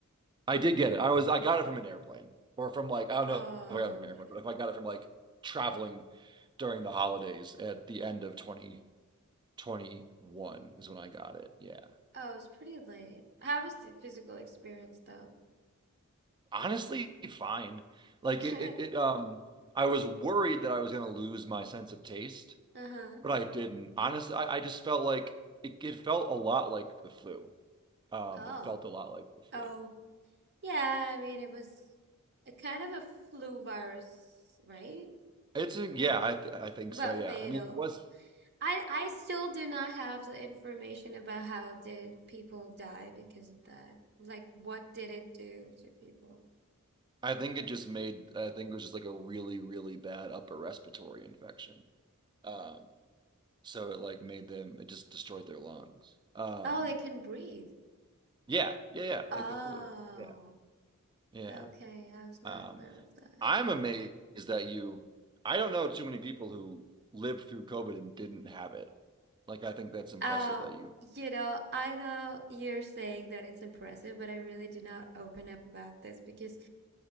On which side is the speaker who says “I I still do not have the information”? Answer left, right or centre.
Right